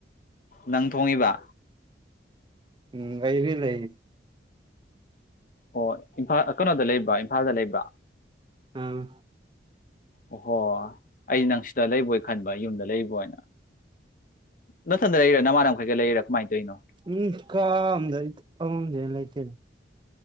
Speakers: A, on the left (about 45°); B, on the right (about 25°).
A: ꯅꯪ ꯊꯣꯡꯉꯤꯕ
B: ꯎꯝ ꯑꯕꯤ ꯂꯩ
A: ꯑꯣ ꯏꯝꯐꯥꯟ ꯀꯩꯅꯣꯗ ꯂꯩꯕ ꯏꯝꯐꯥꯜꯗ ꯂꯩꯕ
B: ꯑꯥ
A: ꯑꯣꯍꯣ ꯑꯩ ꯅꯪ ꯁꯤꯗ ꯂꯩꯕꯣꯏ ꯈꯟꯕ ꯌꯨꯝꯗ ꯂꯩꯕꯣꯏꯅ ꯅꯊꯟꯗ ꯂꯩꯔꯥ ꯅꯃꯥꯟꯅꯕꯈꯩꯀ ꯂꯩꯔꯥ ꯀꯃꯥꯏꯅ ꯇꯧꯔꯤꯅꯣ
B: ꯎꯝ ꯀꯗꯔꯤ ꯑꯝꯗ ꯂꯩ ꯂꯩꯇ